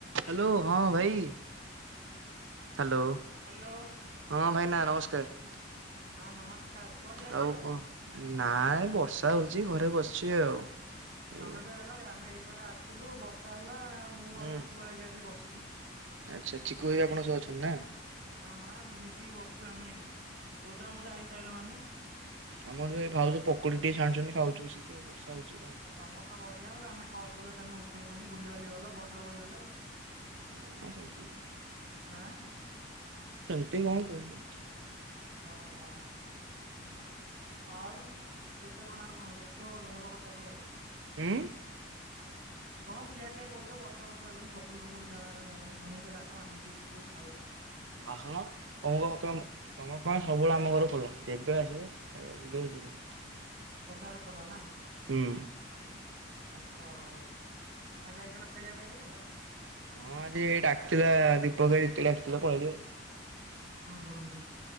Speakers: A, on the right; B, on the right.
A: Hello! ହଁ, ଭାଇ, hello!
B: Hello
A: ହଁ, ଭାଇନା ନମସ୍କାର।
B: ହଁ, ନମସ୍ କାର କୁଆଡେ ଯାଇଥିଲ?
A: ଆଉ, କଣ? ନା ଏଇ ବର୍ଷା ହୋଉଚି, ଘରେ ବସଚି ଆଉ। ଏଇ
B: ଆମେବା ଏବା ଆମେ ଏଇପଟେ ଆସଥିଲୁ, ବର୍ଷା ହେଲା ମୁଁ
A: ହୁଁ
B: ଆଉ ଚିକୁବା, ଏଇଡ଼ି ଆସିକି ବସିଚୁ।
A: ଆଚ୍ଛା, ଚିକୁ ଭାଇ ଆପଣ ସହ ଅଛନ୍ ନାଁ?
B: ହଁ, ଆ ମିଶିକି ବସଚୁ ଆମେ ଏଇଠି, ଓଦା ମୋଦା ହେଇସାଇଲୁ ଆମେ।
A: ଆମର ସେଇ ଭାଉଜ ପକୁଡ଼ି ଟିକେ ଛାଣିଚନ୍ତି ଖାଉଚୁ, ବସିକି ଆଉ ବର୍ଷା ହଉଚି।
B: ଆଉ ତମର ତ ବଢିଆ ଆଉ। ଆମେ କଲ୍ କଲେ ତମେ ଉଠେଇବନି ଭୁଲିିବାଲି ଗଲ, ବଡ ଲୋକ ହେଇଗଲ ଆଉ।
A: ନା, ସେମତି କଣ,
B: ଆଁ
A: ସେମତି କଣ କୋଉଚ?
B: ହ, ହ। ଆଉ, କେତେ କଣ ଆଉ କଣ ସବୁ କୁଅ? ଗୋଟେ ଭଲ କଥା କୁଅ?
A: ଉଁ।
B: କଣ ଖିଆପିଆ କରୁଚ, ବର୍ଷା ଫର୍ଷା ହେଲାଇଁ, ପକୁଡି ଫକୁଡି ଛଣା ଛୁଣି ହେଲାଇଁ। ଆମକୁ ଟିକେ ଡାକ ଆମେ ଟିକେ ଯିବୁ ଖାଇବୁ।
A: ଆସୁନ ତମୁକୁ ଆମ କେ ତମ ପାଇଁ ସବୁବେଳେ ଆମ ଘର ଖୋଲା ଯେବେ ଆସିବେ ଖା ଏବେ ଭିଡ଼ିଓ ଯିବ।
B: ସଦାଳେ ଖୋଲା ନାଁ?
A: ହୁଁ।
B: ଆଚ୍ଛା ଆଉ ଯାଇଥିଲ ଖେଳିବାକୁ ଆଜି ଯାଇଥିଲ?
A: ହଁ ଆଜି ଏଇ ଡାକଥିଲା ଦୀପକ ହେଇତି ଡାକିଥିଲା ପଳେଇଲି ଆଉ।
B: ହୁଁ ହୁଁ ହୁଁ